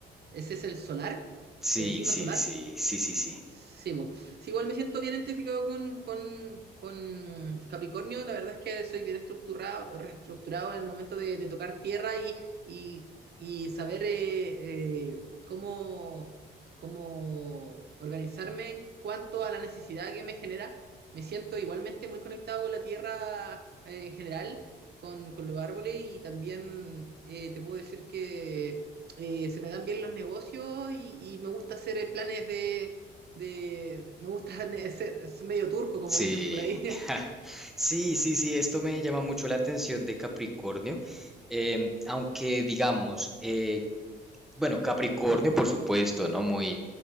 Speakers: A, on the right (about 55°); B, in the centre.
A: Ese es el solar,
B: Sí,
A: el signo
B: sí,
A: solar.
B: sí, sí, sí, sí.
A: Sí, bo. Sí, igual me siento bien identificado con, con- con Capricornio. La verdad es que soy bien estructurado, reestructurado en el momento de, de tocar tierra y, y- y saber eh, eh, cómo, cómo organizarme en cuanto a la necesidad que me genera. Me siento igualmente muy conectado con la tierra eh, en general, con, con los árboles y también eh, te puedo decir que eh, se me dan bien los negocios y, y me gusta hacer eh, planes de de, de- me gusta <laughs> ne- ser es medio turco, como
B: Sí,
A: dicen por ahí.
B: <laughs> sí, sí, sí, esto me llama mucho la atención de Capricornio, em, aunque digamos, eh, bueno, Capricornio, por supuesto, ¿no? Muy,